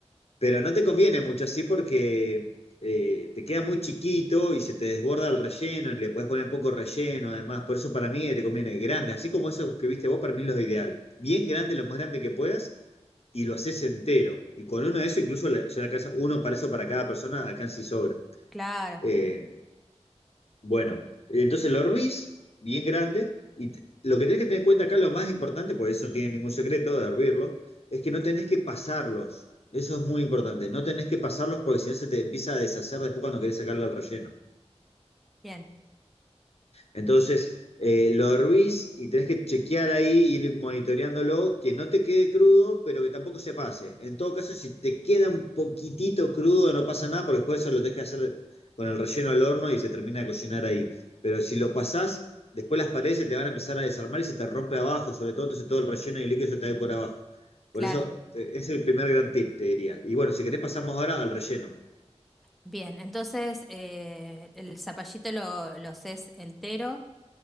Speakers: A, on the left; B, in the centre.
A: Pero no te conviene mucho así porque eh, te queda muy chiquito y se te desborda el relleno, y le puedes poner poco relleno además. Por eso para mí te conviene grande, así como esos que viste vos, para mí los ideal. Bien grande, lo más grande que puedas, y lo haces entero. Y con uno de esos, incluso le- ya le alcanza uno para eso para cada persona, alcanza y sobra.
B: claro,
A: Eh, bueno, entonces lo hervís bien grande y t- lo que tenés que tener en cuenta acá, lo más importante, porque eso no tiene ningún secreto de hervirlo, es que no tenés que pasarlos. Eso es muy importante. No tenés que pasarlos porque si no se te empieza a deshacer después cuando querés sacarle el relleno.
B: bien,
A: Entonces, eh, lo hervís y tenés que chequear ahí, ir monitoreándolo, que no te quede crudo, pero que tampoco se pase. En todo caso, si te queda un poquitito crudo, no pasa nada, porque después eso lo tenés que hacer con el relleno al horno y se termina de cocinar ahí. Pero si lo pasás, después las paredes se te van a empezar a desarmar y se te rompe abajo, sobre todo, entonces todo el relleno y el líquido se te va a ir por abajo.
B: claro.
A: Por eso, eh, es el primer gran tip, te diría. Y bueno, si querés pasamos ahora al relleno.
B: Bien, entonces eh, el zapallito lo, lo haces entero